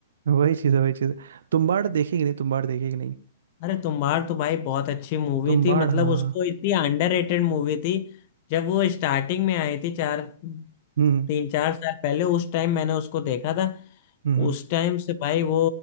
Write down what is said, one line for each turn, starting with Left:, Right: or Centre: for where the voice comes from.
Right: वही चीज़ है वही चीज़ है तुम्बाड़ देखेगी नहीं तुम्बाड़ देखेगी नहीं
Left: अरे तुम्बाड़ तो भाई बहुत अच्छी मूवी
Right: तुम्बाड़
Left: थी मतलब
Right: हाँ
Left: उसको
Right: हाँ,
Left: इतनी अंडररेटेड मूवी थी जब वो स्टार्टिंग में आई थी चार
Right: हम्म
Left: तीन चार साल पहले उस टाइम मैंने उसको देखा था
Right: हम्म हम्म।
Left: उस टाइम से भाई वो